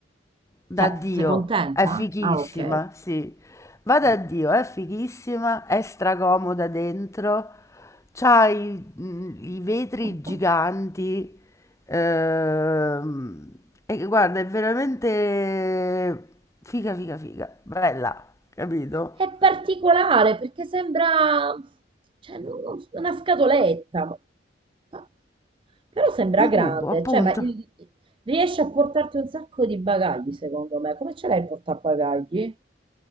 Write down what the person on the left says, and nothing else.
Da
Dio,
è fighissima,
sì. Va da
Dio, è fighissima, è stracomoda dentro, c'ha i, mh, i vetri
giganti, ehm, e guarda, è veramente figa, figa, figa, bella, capito?
Un
cubo, appunto.